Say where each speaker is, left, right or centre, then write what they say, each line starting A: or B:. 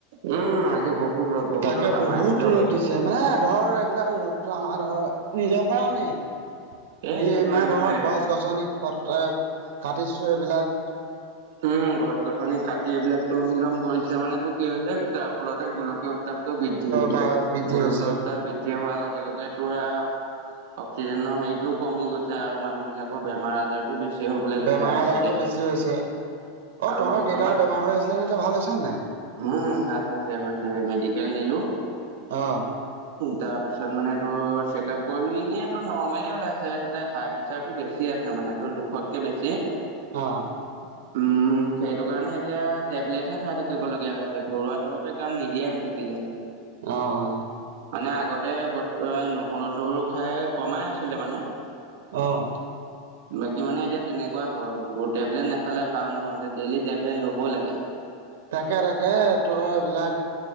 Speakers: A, on the right; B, on the right.
A: উম' আজি বহুত ৰদ। বহুত
B: তাকে
A: ৰ'দ আমাৰ
B: বহুত
A: এইফালেও
B: ৰ'দ দিছে মানে ধৰ এইবিলাক ৰ'দটো আমাৰ ধৰ- নিজৰ কাৰণেই
A: এ
B: নি
A: সেইটোৱে
B: ইমাৰ
A: সেইটোৱে
B: ধৰক গছ গছ- ছনি কট্ৰায়ক কাটিছোঁ এইবিলাক-
A: উম' গছ গছনি কাটি এইবিলাক তহিলং কৰিছে মানে টো কি হৈছে তাৰ ফলতে গুলকীয় উত্তাপ- বৃদ্ধি হৈছে।
B: বা বৃদ্ধি
A: গোলকীয়
B: হৈছে।
A: উত্তাপ বৃদ্ধি হোৱাৰ লগে লগে তোৱাও- অক্সিজেনৰ হেৰিতও কমি গৈছে আৰু মানুহ বিলাকৰ বেমাৰ আজাৰতো বেছি- হবলৈ লৈছে
B: বেমাৰ
A: আগতকে
B: আজাৰটো বেছি হৈছে। অ'
A: আৰু
B: তহঁতৰ
A: বৰ্তমান
B: দেউতাৰ বেমাৰ হৈ আছিলে নে এতিয়া ভাল হৈছে নে নাই?
A: উম' ভাল হৈছে হৈছে, মেডিকেল নিলো।
B: অঁ'
A: উম' তাৰ পিছত মানে টো চেক আপ কৰিলো এনেইটো নৰ্মলে ওলাইছে। ছে হাই প্ৰেচাৰটো বেছি আছে মানে টোৰ জোখতকে বেছি-
B: অঁ'
A: <inaudible> উম' সেইটো কাৰণে এতিয়া টেবলেটহে খাই থাকিবলগীয়া হৈছে ঘৰুৱা দৰৱে কাম নিদিয়া হৈ থাকিলে।
B: অঁ অঁ'
A: মানে আগতে বৰ্ত নহৰু চহৰু খাই কমাই আছিলে মানে।
B: অঁ'
A: <inaudible> বাকী মানে এতিয়া তেনেকুৱা হ'ল। ত' টেবলেট নাখালে ভাল নহয় এতিয়া ডেইলি টেবলেট ল'বই লাগে।
B: তাকে তাকে, তই এইবিলাক